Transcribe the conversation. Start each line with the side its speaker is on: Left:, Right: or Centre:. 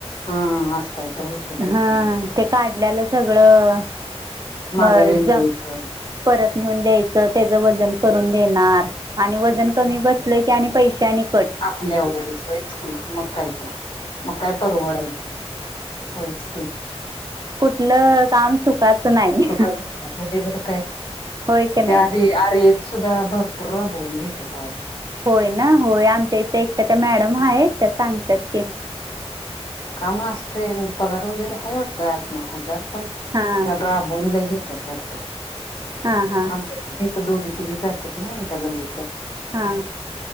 Left: हा असं काय तर होतं बाई
Right: हा ते काढल्यालं सगळं.
Left: माघाऱ्यान
Right: ब
Left: द्यायचं
Right: जम परत नेऊन द्यायचं त्याच वजन करून देणार. आणि वजन कमी बसलं की आणि पैशा निघ.
Left: आपल्यावर जायच त मग कायत मग काय परवडायचं. हो स्के.
Right: कुठलं काम सुखाचं नाही.
Left: सुखाच होय जर काय
Right: होय का नाही
Left: त्या आर आरयेत सुद्धा भरपूर राबवून घेतेतऊ.
Right: होय ना होय आमच्या इथे एकट्या त्या मॅडम आहेत त्या सांगतात की.
Left: कामा असते म्हणजे पगार वगैरे हय वाटतं आठ नऊ हजार. पण
Right: हां
Left: बनले घेतात वाटत
Right: हां हां
Left: आमच्या. नाही तर दोघी तिघे जातात नाही आमच्या गल्लीत.
Right: हा